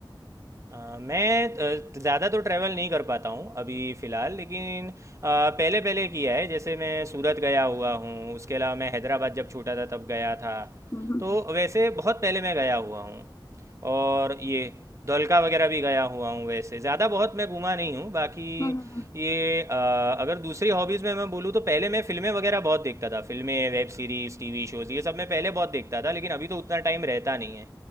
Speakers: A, on the right; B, on the left.
A: अ, मैं ज़्ज़्यादा तो ट्रैवल नहीं कर पाता हूँ अभी फ़िलहाल लेकिन अ, पहले पहले किया है जैसे मैं सूरत गया हुआ हूँ उसके अलावा मैं हैदराबाद जब छोटा था तब गया था
B: हम्म हम्म
A: तो वैसे बहुत पहले मैं गया हुआ हूँ और ये धोलका वगैरह भी गया हुआ हूँ वैसे ज़्यादा बहुत मैं घूमा नहीं हूँ बाकी
B: हम्म, हम्म, हम्म।
A: ये अ, अगर दूसरी हॉबीज़ में मैं बोलूँ तो पहले मैं फ़िल्में वगैरह बहुत देखता था फ़िल्में वेब सीरीज़ टीवी शोज़ ये सब मैं पहले बहुत देखता था लेकिन अभी तो उतना टाइम रहता नहीं है